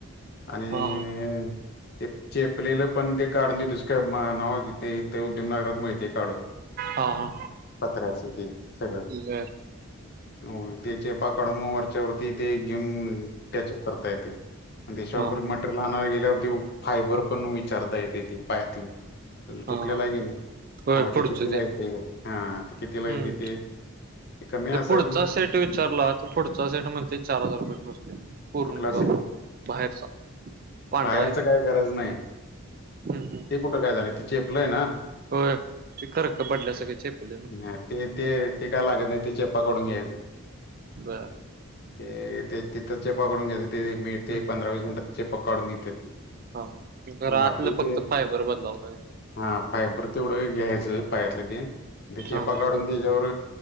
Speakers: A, on the left; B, on the right.
A: आणि
B: हा हा
A: ते चेपलेलं पण ते काढून देतोस का म्हणावं ते इथे उद्यवनगरात मिळत ते काढून.
B: हा हा
A: पात्र्याच तेन सगळं
B: बर
A: <unintelligible> हो ते चेपा काढून मग वरच्या वरती ते घेऊन टॅचअप करता येतय. आणि त्याच्यावरपर
B: हा हा
A: मटेरियल आणायला गेल्यावरती फायबर पण विचारता येतय, पायातलं. तुझ तुटलेलं
B: हा
A: हाय की नाही?
B: होय
A: हो
B: पुढचं
A: ते कितीला येतय. हा ते कितीला येतय
B: हम्म
A: ते कमी असेल
B: ते पुढचा सेट विचारला तर, पुढचा सेट म्हणते चार हजार रुपय बसते. पूर्ण
A: कुठला
B: तो
A: सेट?
B: आपला बाहेरचा पांढरा
A: बाहेरच
B: आहे ते
A: काही गरज नाही.
B: हम्म हम्म
A: ते कुठं काय झालंय ते चेपलंय ना?
B: होय खरक पडल्या सगळे चेपले ना
A: ह ते-ते-ते काय लागत नाही ते चेप्पा काढून घ्यायचं.
B: बर
A: ते ते तिथं चेपा काढून घ्यायचं ते मिळतय
B: हम्म
A: पंधरा
B: हम्म
A: वीस मिनिटात चेपा काढून देत्यात ती.
B: घर आतलं
A: बाकी
B: फक्त
A: ते
B: फायबर बदलावं पाहिजे
A: हा फायबर तेवढं घ्यायचं पायातलं तेन ते चेपा
B: हा हा
A: काढून त्यज्यावर